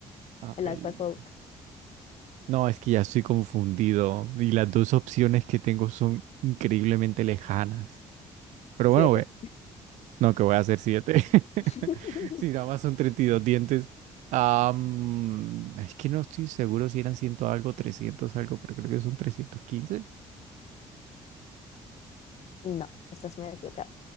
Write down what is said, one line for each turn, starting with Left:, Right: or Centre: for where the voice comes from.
Right: Ay,
Left: El edad del cuerpo adulto.
Right: No, es que ya estoy confundido y las dos opciones que tengo son increíblemente lejanas. Pero
Left: Siete.
Right: bueno, ve, no, que voy a hacer siete. <laughs>
Left: <laughs>
Right: Si nada más son 32 dientes. Am, es que no estoy seguro si eran 100 algo, 300 algo, pero creo que son 315.
Left: No, estás muy equivocado.